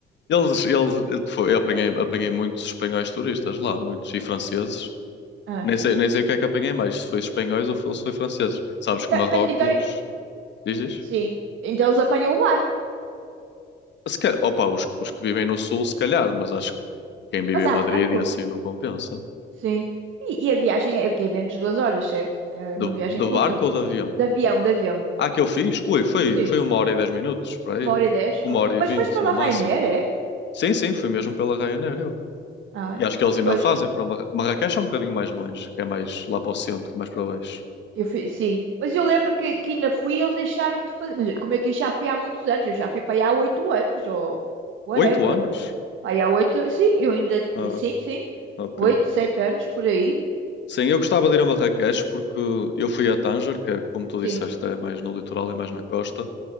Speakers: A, on the left; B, on the right.
A: Eles, eles, foi,
B: <laughs>
A: eu apanhei, apanhei muitos espanhóis turistas lá, muitos e franceses.
B: Ah,
A: Nem sei, nem sei o que é que apanhei mais, se foi espanhóis ou se foi franceses. Sabes
B: então,
A: que Marrocos
B: mas, então,
A: Diz, diz.
B: sim. Então eles apanham o barco.
A: Se ca- Opa, os, os que vivem no sul, se calhar, mas acho que quem vive
B: Mas
A: em
B: há
A: Madrid
B: barco?
A: e assim não compensa.
B: Sim. E, e a viagem é o quê? É Menos de duas horas, certo? É
A: De,
B: uma viagem
A: de
B: curta.
A: barco ou de avião?
B: De avião, de avião.
A: Ah, que eu fiz? Ui, foi,
B: Sim.
A: foi uma hora e dez minutos, para aí.
B: Uma hora e dez?
A: Uma
B: Ok.
A: hora e
B: Mas
A: vinte,
B: foste pela
A: no
B: Ryanair,
A: máximo.
B: é?
A: Sim, sim, foi mesmo pela Ryanair, eu.
B: Ah,
A: E acho que eles ainda
B: pois.
A: fazem para Marra... Marrakech é um bocadinho mais longe, que é mais lá para o centro, mais para baixo.
B: Eu fui, sim. Mas eu lembro que, que ainda fui e eles deixaram de fazer. Mas como eu disse, já fui há muitos anos. Eu já fui para aí há oito anos ou whatever.
A: Oito anos?
B: pá. Para aí há oito. Sim, eu ainda.
A: Ah,
B: Sim, sim.
A: ok.
B: Oito, sete anos por aí.
A: Sim, eu gostava de ir a Marrakech porque eu fui a Tanger, que é, como tu
B: Sim.
A: disseste, é mais no litoral, é mais na costa.